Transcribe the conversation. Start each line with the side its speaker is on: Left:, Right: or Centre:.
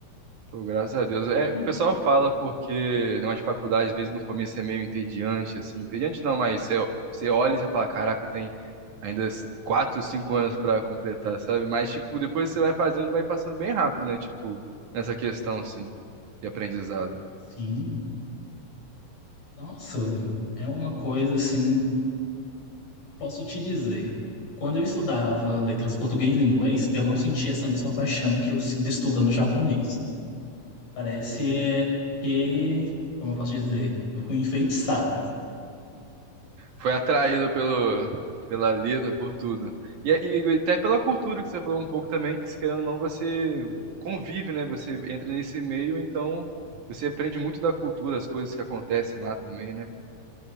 Right: Pô, graças a Deus. É,
Left: E
Right: o pessoal fala porque na de faculdade, às vezes, no começo é meio entediante, assim. Entediante não, mas você, você olha e você fala, caraca, tem ainda quatro, cinco anos para completar, sabe? Mas, tipo, depois você vai fazendo, vai passando bem rápido, né? Tipo, nessa questão, assim, de aprendizado.
Left: sim. Nossa, é uma coisa assim, posso te dizer. Quando eu estudava letras português e inglês, eu não sentia essa mesma paixão que eu sinto estudando japonês. Parece é, que, como eu posso dizer, eu fui enfeitiçado.
Right: Foi atraído pelo, pela letra, por tudo. E, é, e até pela cultura que você falou um pouco também, que se querendo ou não, você convive, né? Você entra nesse meio, então você aprende muito da cultura, as coisas que acontecem lá também, né?